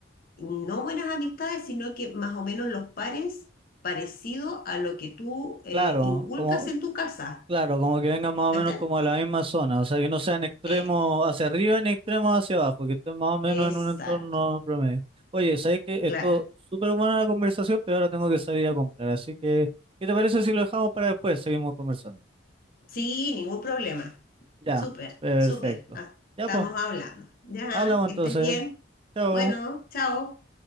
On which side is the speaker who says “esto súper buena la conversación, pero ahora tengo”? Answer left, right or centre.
Right